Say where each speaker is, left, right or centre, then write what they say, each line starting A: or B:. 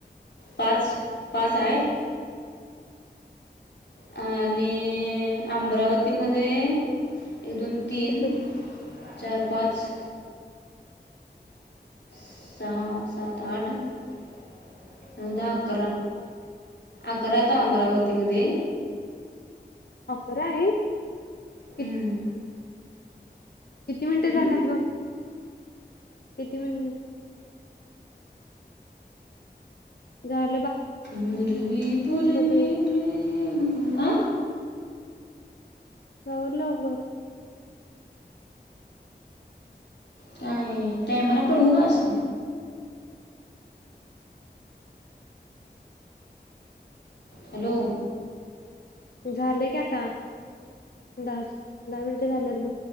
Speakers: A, on the left; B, on the left.
A: पाच पाच हायत अ नाही अमरावतीमध्ये ते एक दोन तीन
B: किती?
A: चार पाच सहा सात आठ न दहा अकरा अकराता अमरावतीमध्ये
B: अकरा आहे
A: हम्म.
B: क किती मिनिटं
A: हम्म?
B: झाल्यात बघ किती मिनट ग <inaudible>
A: मुर्वी पर्वी
B: तू
A: प्र ते तणता
B: आवर लवकर
A: काय टामाला पळवू का अस हॅलो
B: झाले की आता द दहा मिनिटे झालेत ग